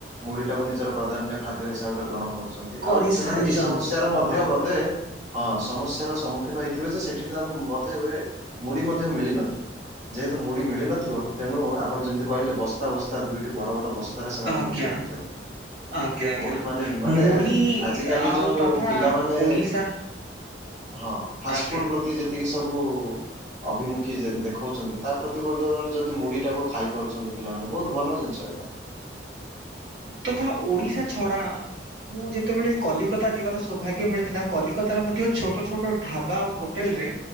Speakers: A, on the right; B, on the right.
A: ମୁଢି ଟାକୁ ନିଜର ପ୍ରାଧାନ୍ୟ ଖାଦ୍ୟ ହିସାବରେ ଗ୍ରହଣ କରୁଛ ନ୍ତି-
B: କରି
A: ଆଉ ସେମାନେ
B: ସାରିଛନ୍ତି
A: ଏଇ ସମସ୍ୟା ର ମଧ୍ୟ
B: ହଁ
A: ବଧେ ହଁ ସମସ୍ୟାର ସମ୍ମୁଖୀନ ହେଇଥିବେ ଯେ ସେଠି ତାଙ୍କୁ ବଧେ ହୁଏ ମୁଢି ମଧ୍ୟ ମିଳିନଥି ଥିବ- ଯେହେତୁ ମୁଢ ମିଳି ନଥିବ ତେଣୁ ଆପଣ ଯେମିତି କହିଲେ ବସ୍ ବସ୍ତା- ବସ୍ତା ଦୁଇଟି ବଡ ବଡ ବସ୍ତାରେ ସେମାନେ
B: ଆଜ୍ଞା।
A: ମୁଢ଼ି ଧରିକି ଯାଉଥିଲେ।
B: ଆଜ୍ଞା ଆଜ୍ଞା
A: ବହୁତ୍ ମାନେ -ମାନେ
B: ମୁଢି
A: ଆଜିକାଲି
B: ଆଉ
A: ଯଉ
B: ତଥା
A: ପିଲାମାନେ
B: ଓଡିଶା
A: ହଁ ଫାଷ୍ଟଫୁଡ୍
B: ଆଜ୍ଞା।
A: ପ୍ରତି ଯେ ଯେତିକି ସବୁ ଅଭିମୁଖୀ ଯେ-ଦେଖଉଚନ୍ତି ତା ପ୍ରତି ବଦଳରେ ମୁଢ଼ି ଟାକୁ ଖାଇ ପାରୁଚନ୍ତି ପିଲାମାନେ ବହୁତ୍ ଭଲ ଜିନିଷ ଏଇଟା।
B: ତଥା ଓଡ଼ିଶା ଛଡ଼ା ମୁଁ ଯେତେବେଳେ କଲିକତା ଯିବାର ସୌଭାଗ୍ୟ ମିଳିଥିଲା କଲିକତାରେ ମଧ୍ୟ ଛୋଟ ଛୋଟ ଢାବା ଆଉ ହୋଟ୍ ହୋଟେଲରେ